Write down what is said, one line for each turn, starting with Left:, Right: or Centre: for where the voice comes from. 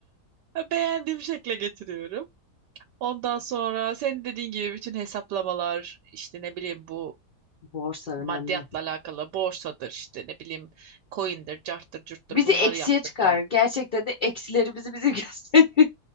Right: Beğendiğim şekle getiriyorum. Ondan sonra senin dediğin gibi bütün hesaplamalar işte ne bileyim bu
Left: Borsa önemli.
Right: maddiyatla alakalı borsadır işte ne bileyim coin'dir, carttır, curttur
Left: Bizi
Right: bunları
Left: eksiye
Right: yaptıracağım.
Left: çıkar. Gerçekten de eksileri bizi bizi <laughs> gösterir.